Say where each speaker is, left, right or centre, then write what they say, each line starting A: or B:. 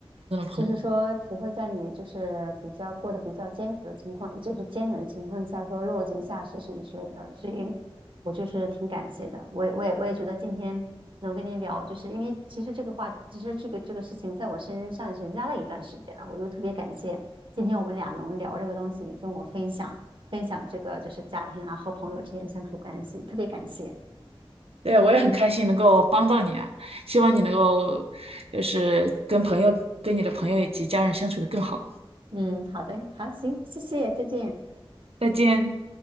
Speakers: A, on the right; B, on the right.
A: 那种朋友。
B: 就是说不会在你就是比较过得比较艰苦的情况，就是艰难的情况下说落井下石什么之类的，所以我就是挺感谢的。我也我也我也觉得今天能跟你聊，就是因为其实这个话，其实这个这个事情在我身上是压了一段时间了，我就特别感谢今天我们俩能聊这个东西，你跟我分享分享这个就是家庭啊和朋友之间相处关系，特别感谢。
A: 对，我也很开心能够帮到你啊，希望你能够就是跟朋友跟你的朋友以及家人相处的更好。
B: 嗯，好的，好，行，谢谢，再见。
A: 再见。